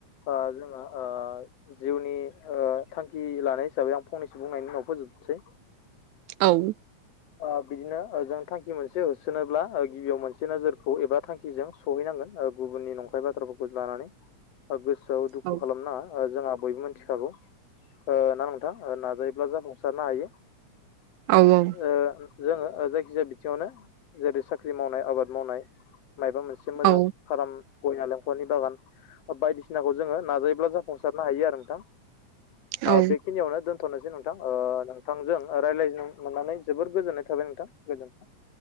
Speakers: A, on the left (about 60°); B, on the right (about 80°).
A: ओ जोङो ओ जिउनि ओ थांखि लानाय हिसाबै आं फंनैसो बुंनायनि उनाव फो जोबनोसै
B: औ
A: आ बिदिनो ओ जों थांखि मोनसे होसोनोब्ला ओ गिबियाव मोनसे नोजोरखौ एबा थांखिजों सहैनांगोन ओ गुबुननि नंखाय बाथ्राफोरखौ लानानै ओ गोसोआव दुखु
B: औ
A: खालामनाङा जोंहा बयबो मिन्थिखागौ ओ ना नोंथां नाजायो ब्ला जाफुंसारनो हायो
B: औ औ
A: ओ जोङो जायखिजाया बिथिङावनो जेरै साख्रि मावनाय आबाद मावनाय माइबा मोनसे मोजां
B: औ
A: फार्म गय नालेंकरनि बागान बायदिसिनाखौ जोङो नाजायोब्ला जा फुंसारनो हायो आरो नोंथां ओ
B: औ
A: बेखिनियावनो दोन थनोसै नोंथां नोंथांजों रायलायनो मोननानै जोबोर गोजोननाय थाबाय नोंथां गोजोन्थों